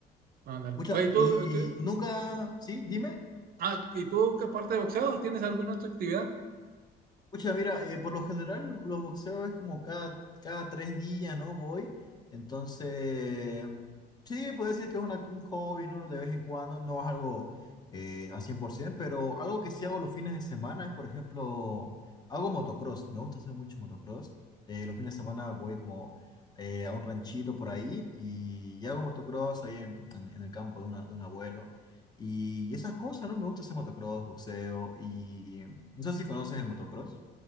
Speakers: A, on the right; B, on the left.
A: Ándale.
B: Pucha,
A: Oye, ¿tú,
B: y
A: qué-
B: nunca, sí, dime.
A: ah, ¿y tú, que aparte de boxeo, tienes alguna otra actividad?
B: Pucha, mira, eh, por lo general los boxeos es como cada, cada tres días, ¿no? Voy. Entonces, sí, puedo decir que es una- un hobby, ¿no? De vez en cuando, no es algo eh, al 100%, pero algo que sí hago los fines de semana es, por ejemplo, hago motocross. Me gusta hacer mucho motocross. Eh, los fines de semana voy como eh, a un ranchito por ahí y, y hago motocross ahí en, en- en el campo de, una- de un abuelo. Y esas cosas, ¿no? Me gusta hacer motocross, boxeo y... No sé si conoces el motocross.